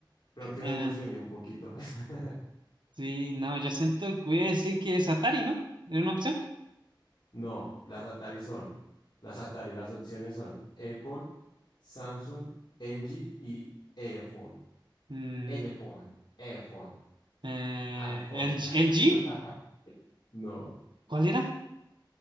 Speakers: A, on the left; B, on the right.
A: Creo que me
B: <laughs> eh,
A: emocioné un poquito. <laughs>
B: sí, no, yo siento que voy a decir que es Atari, ¿no? ¿Era una opción?
A: No, las Atari son, las Atari, las opciones son Apple, Samsung, LG y iPhone.
B: Mm,
A: iPhone, iPhone,
B: eh,
A: iPhone.
B: ¿el, G- el G?
A: <laughs> No,
B: ¿Cuál era?